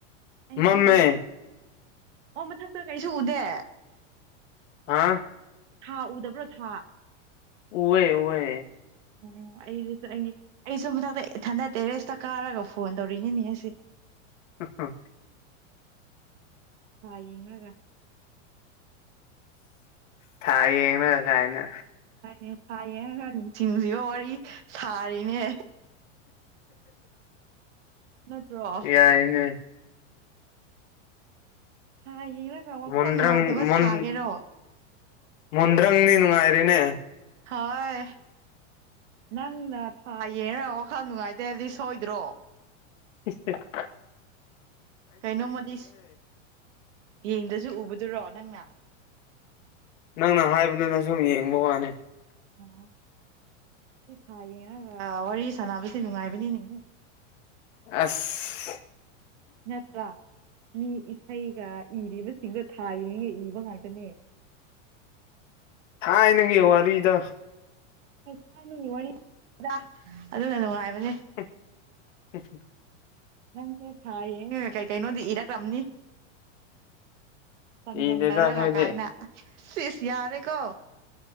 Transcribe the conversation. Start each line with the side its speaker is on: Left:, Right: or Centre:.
Right: ꯑꯩꯁꯨꯅꯦ
Left: ꯃꯝꯃꯦ
Right: ꯃꯊꯛ ꯑꯣ ꯃꯊꯛꯇ ꯀꯩꯁꯨ ꯎꯗꯦ
Left: ꯑ
Right: ꯊꯥ ꯎꯗꯕ꯭ꯔꯣ ꯊꯥ
Left: ꯎꯋꯦ ꯎꯋꯦ
Right: ꯑꯣ ꯑꯩ <unintelligible> ꯑꯩꯒꯤ ꯑꯩꯁꯨ ꯃꯊꯛꯇ ꯏꯊꯟꯗ ꯇꯦꯔꯦꯁꯇ ꯀꯥꯔꯒ ꯐꯣꯟ ꯇꯧꯔꯤꯅꯤꯅꯦ ꯑꯩꯁꯦ
Left: ꯑ ꯑꯥ
Right: ꯊꯥ ꯌꯦꯡꯔꯒ
Left: ꯊꯥ ꯌꯦꯡꯂꯒ ꯀꯥꯏꯅ
Right: ꯍꯥꯏꯅꯦ ꯊꯥ ꯌꯦꯡꯔꯒ ꯅꯨꯡꯁꯤ ꯅꯨꯡꯁꯤꯕ ꯋꯥꯔꯤ ꯁꯥꯔꯤꯅꯦ ꯅꯠꯇ꯭ꯔꯣ
Left: ꯌꯥꯏꯅꯦ
Right: ꯊꯥ ꯌꯦꯡꯔ ꯋꯥꯈꯜ
Left: ꯃꯨꯟꯗ꯭ꯔꯪ
Right: ꯅꯨꯡꯉꯥꯏꯇꯕ
Left: ꯃꯨꯟ
Right: ꯁꯥꯒꯦꯔꯣ
Left: ꯃꯨꯟꯗ꯭ꯔꯪꯗꯤ ꯅꯨꯡꯉꯥꯏꯔꯦꯅꯦ
Right: ꯍꯥꯎꯋꯦ ꯅꯪꯅ ꯊꯥ ꯌꯦꯡꯔꯒ ꯋꯥꯈꯜ ꯅꯨꯡꯉꯥꯏꯇꯦ ꯍꯥꯏꯕꯗꯤ ꯁꯣꯏꯗ꯭ꯔꯣ
Left: ꯏꯁꯇ
Right: ꯀꯩꯅꯣꯝꯃꯗꯤ ꯌꯦꯡꯗ꯭ꯔꯖꯨ ꯎꯕꯗꯨꯔꯣ ꯅꯪꯅ
Left: ꯅꯪꯅ ꯍꯥꯏꯕꯗꯨꯅ ꯁꯨꯝ ꯌꯦꯡꯕ ꯋꯥꯅꯤ <inaudible>
Right: ꯑꯣ ꯊꯥ ꯌꯦꯡꯔꯒ ꯋꯥꯔꯤ ꯁꯥꯟꯅꯕꯁꯦ ꯅꯨꯡꯉꯥꯏꯕꯅꯤꯅꯦꯍꯦ
Left: ꯑꯁ
Right: ꯅꯠꯇ꯭ꯔꯥ ꯃꯤ ꯏꯁꯩꯒ ꯏꯔꯤꯕꯁꯤꯡꯗꯣ ꯊꯥ ꯌꯦꯡꯉꯒ ꯏꯕ ꯉꯥꯛꯇꯅꯦ
Left: ꯊꯥꯏꯅꯒꯤ ꯋꯥꯔꯤꯗꯣ
Right: ꯊꯥꯏ ꯊꯥꯏꯅꯒꯤ ꯋꯥꯔꯤꯗ ꯑꯗꯨꯅ ꯅꯨꯡꯉꯥꯏꯕꯅꯦ
Left: <unintelligible>
Right: ꯅꯪꯁꯦ ꯊꯥꯌꯦꯡ ꯀꯩ ꯀꯩꯅꯣꯗꯤ ꯏꯔꯛꯂꯝꯅꯤ ꯆꯥꯡꯗꯝꯅꯔꯒ
Left: ꯏꯗꯦꯗ ꯑꯩꯈꯣꯏꯗꯤ
Right: ꯀꯥꯏꯅ ꯁꯤꯁ ꯌꯥꯔꯦꯀꯣ